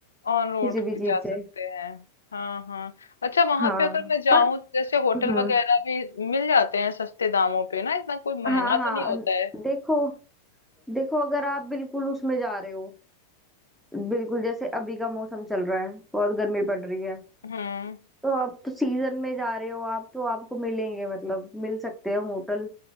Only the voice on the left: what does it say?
ऑन रोड
जा सकते
हैं हाँ हाँ अच्छा वहां
पे अगर मैं जाऊं
जैसे होटल
वगैरह भी मिल जाते हैं सस्ते दामों पे ना इतना कोई महंगा
तो
नहीं होता है
हम्म